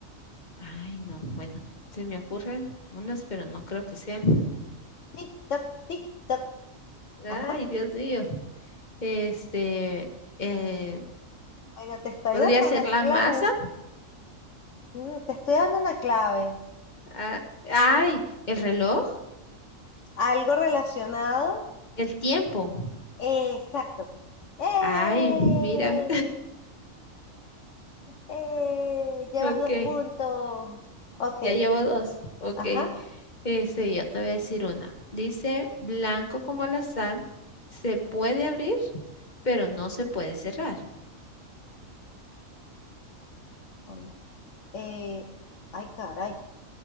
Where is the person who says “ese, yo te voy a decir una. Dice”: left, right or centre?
Left